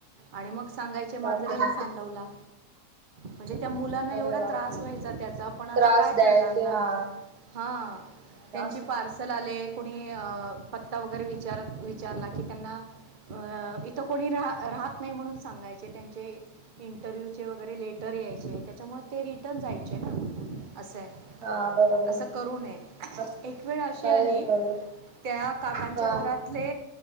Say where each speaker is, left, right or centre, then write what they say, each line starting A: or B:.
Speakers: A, on the right; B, on the right.
A: आणि मग सांगायचे
B: बापरे
A: मांजरीनी सांडवला. म्हणजे त्या मुलांना एवढा
B: अरे बापरे
A: त्रास व्हायचा त्याचा. पण आता
B: त्रास
A: काय
B: द्यायचे
A: करणार ना,
B: हा
A: हा त्यांचीपण
B: वास
A: पार्सल आले कुणी पत्ता वगैरे विचारत विचारला की त्यांना अ इथं कोणी रा राहत नाही म्हणून सांगायचे त्यांचे इंटरव्यू चे वगैरे लेटर यायचे त्याच्यामुळे ते रिटर्न जायचे ना. असं आहे.
B: हा बरोबर
A: असं करू नये,
B: अस
A: एक वेळ अशी
B: नाही
A: आली
B: करू
A: त्या काकांच्या
B: हा
A: घरातले